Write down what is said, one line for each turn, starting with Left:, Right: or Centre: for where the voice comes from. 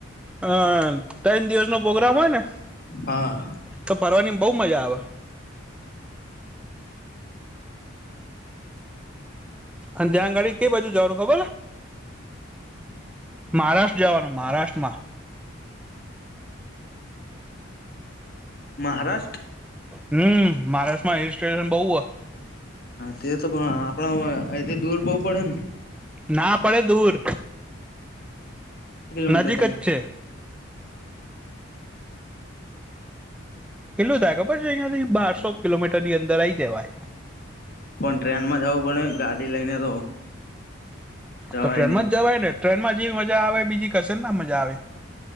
Centre: હ તન દિવસ નો પ્રગ્રામ હોય ને.
Left: હા
Centre: તો ફરવાની બહુ મજા આવે. અને ત્યાં આગાડી કેઈ બાજુ જવાનું ખબર. મહારાષ્ટ્ર જવાનું મહારાષ્ટ્રમાં.
Left: મહારાષ્ટ્ર.
Centre: હમ મહારાષ્ટ્રમાં હિલ સ્ટેશન બઉુ હો.
Left: હા તે તો પણ આપણા એ દૂર બહવુ પડે ને.
Centre: ના પડે દૂર.
Left: કિલોમીટર
Centre: નજીક
Left: થાય
Centre: જ છે. એટલું થાય ખબર છે અહિયાયાથી બારસો કિલોમીટરની અંદર આ આવી જવાય.
Left: પણ ટ્રેન માં જવું પડે. ગાડી લઈને તો? જવાય
Centre: તો ટ્રેનમાં
Left: નહી
Centre: જ જવાય ને ટ્રેન માં જે મજા આવે બીજી કશે ના મજા આવે.